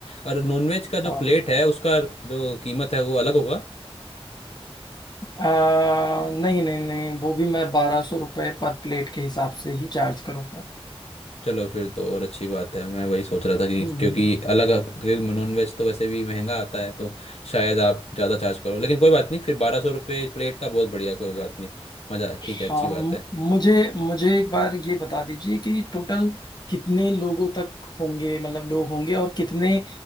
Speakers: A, on the left; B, on the left.
A: और नॉनवेज का जो
B: हाँ।
A: प्लेट है उसका जो कीमत है वो अलग होगा
B: आ, नहीं नहीं नहीं वो भी मैं बारह सौ रुपये पर प्लेट के हिसाब से ही चार्ज करूंगा
A: चलो फिर तो और अच्छी बात है मैं वही सोच रहा था कि
B: हम्म
A: क्योंकि
B: हम्म।
A: अलग क्योंकि नॉनवेज तो वैसे भी महंगा आता है तो शायद आप ज़्यादा चार्ज करो लेकिन कोई बात नहीं फिर बारह सौ रुपये प्लेट का बहुत बढ़िया कोई बात नहीं मज़ा ठीक
B: हाँ
A: है अच्छी बात
B: म-
A: है
B: मुझे मुझे एक बार ये बता दीजिए कि टोटल कितने लोगों तक होंगे मतलब लोग होंगे और कितने